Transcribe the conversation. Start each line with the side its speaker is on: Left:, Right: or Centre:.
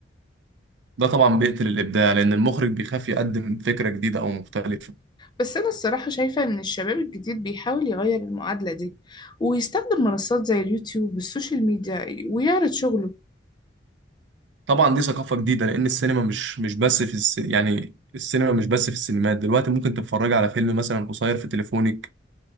Right: ده طبعا بيقتل الابداع لان المخرج بيخاف يقدم فكرة جديدة او مختلفة
Left: بس أنا الصراحة شايفة إن الشباب الجديد بيحاول يغير المعادلة دي ويستخدم منصات زي اليوتيوب والسوشيال ميديا ويعرض شغله
Right: طبعا دي ثقافة جديدة لان السينما مش مش بس في الس... يعني السينما مش بس في السينمات دلوقتي ممكن تتفرج على فيلم مثلا قصير في تليفونك